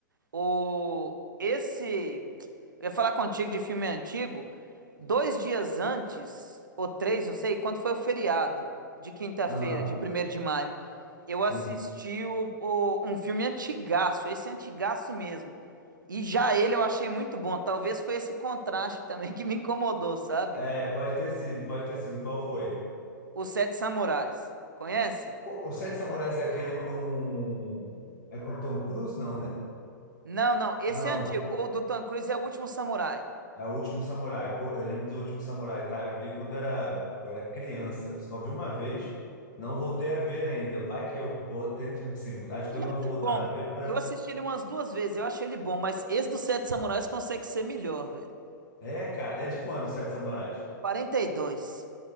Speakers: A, on the right (about 75°); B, on the left (about 45°).
A: O esse, eu ia falar contigo de filme antigo. Dois dias antes, ou três, não sei, quando foi o feriado de quinta-feira,
B: Aham,
A: de primeiro de maio, eu
B: sim.
A: assisti o, o- um filme antigaço, esse antigaço mesmo. E já ele eu achei muito bom. Talvez foi esse contraste também <laughs> que me incomodou, sabe?
B: É, pode ter sido, pode ter sido. Qual foi?
A: Os Sete Samurais. Conhece?
B: O, o Sete Samurais é aquele com... É com Tom Cruise, não, né?
A: Não, não, esse
B: Não.
A: é antigo. O do Tom Cruise é o Último Samurai.
B: É o Último Samurai. Pô, eu lembro do Último Samurai, tá? Eu vi quando era, tipo, era criança. Eu só vi uma vez, não voltei a ver ainda. Vai que eu vou- tento, assim, acho
A: Ele
B: que eu não
A: é até
B: vou voltar
A: bom.
B: a ver pra...
A: Eu assisti ele umas duas vezes, eu achei ele bom, mas esse dos Sete Samurais consegue ser melhor, velho.
B: É, cara, é de quando, os Sete Samurais?
A: quarenta e dois